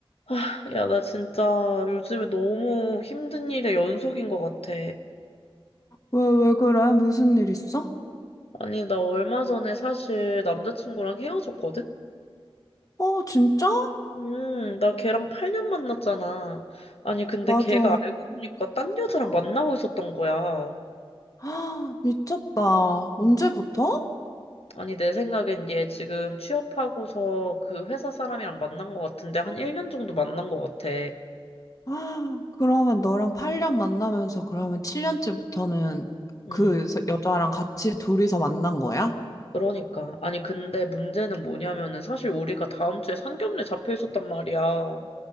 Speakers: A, on the left; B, on the left.
A: 아, 야, 나 진짜 요즘에 너무 힘든 일의 연속인 것 같아.
B: 왜, 왜 그래? 무슨 일 있어?
A: 아니, 나 얼마 전에 사실 남자친구랑 헤어졌거든?
B: 어, 진짜?
A: 음, 나 걔랑 8년 만났잖아. 아니, 근데
B: 맞아.
A: 걔가 알고 보니까 딴 여자랑 만나고 있었던 거야.
B: 아, 미쳤다. 언제부터?
A: 아니, 내 생각엔 얘 지금 취업하고서 그 회사 사람이랑 만난 것 같은데 한 1년 정도 만난 것 같아.
B: 아, 그러면 너랑 8년 만나면서 그러면 7년째부터는
A: 음,
B: 그 서- 여자랑 같이 둘이서 만난 거야?
A: 그러니까. 아니, 근데 문제는 뭐냐면은 사실 우리가 다음 주에 상견례 잡혀 있었단 말이야.